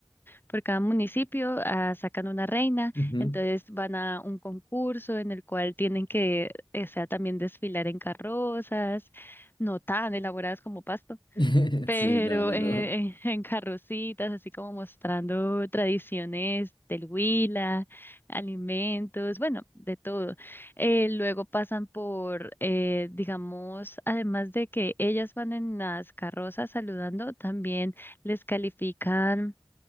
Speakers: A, on the left (about 20°); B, on the left (about 45°).
A: por cada municipio ah, sacan una reina,
B: Ujú.
A: entonces van a un concurso en el cual tienen que, eh, o sea, también desfilar en carrozas, no tan elaboradas como Pasto,
B: <laughs>
A: pero
B: Sí, no, no,
A: <laughs> eh,
B: no.
A: en, en carrocitas, así como mostrando tradiciones del Huila, alimentos, bueno, de todo. Eh, luego pasan por, eh, digamos, además de que ellas van en las carrozas saludando, también les califican